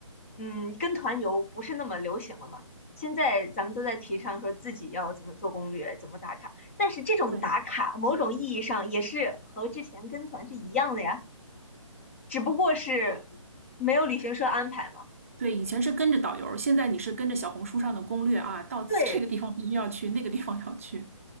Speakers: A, on the left (about 25°); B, on the right (about 25°).
A: 嗯，跟团游不是那么流行了嘛。现在咱们都在提倡说自己要怎么做攻略，怎么打卡，但是这种打卡某种意义上也是和之前跟团是一样的呀，
B: 对
A: 只不过是没有旅行社安排嘛。
B: 对，以前是跟着导游，现在你是跟着小红书上的攻略啊，到此这个地方必须要去，
A: 对，
B: 那个地方要去。